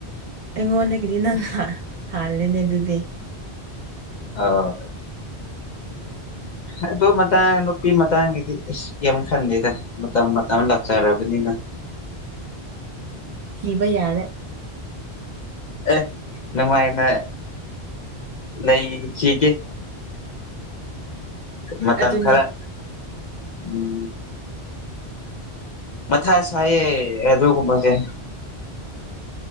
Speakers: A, on the right (about 50°); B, on the left (about 50°).
A: ꯑꯩꯉꯣꯟꯗꯒꯤꯗꯤ ꯅꯪ ꯍꯥꯂꯦꯅꯦ ꯑꯗꯨꯗꯤ
B: ꯑ ꯑꯗꯨ ꯑꯗꯨ ꯃꯇꯥꯡ ꯅꯨꯄꯤ ꯃꯇꯥꯡꯒꯤꯗꯤ ꯑꯁ ꯌꯥꯝ ꯈꯟꯗꯦꯗ ꯃꯇꯝ ꯃꯇꯝ ꯂꯥꯛꯆꯔꯔꯕꯅꯤꯅ
A: ꯊꯤꯕ ꯌꯥꯔꯦ
B: ꯑꯦ ꯅꯨꯡꯃꯥꯏꯅ ꯂꯩꯈꯤꯒꯦ ꯃꯇꯝ
A: ꯑꯗꯨꯅꯦ
B: ꯈꯔ ꯎꯝ ꯃꯊꯁꯌꯦ ꯑꯗꯨꯒ ꯃꯒꯦ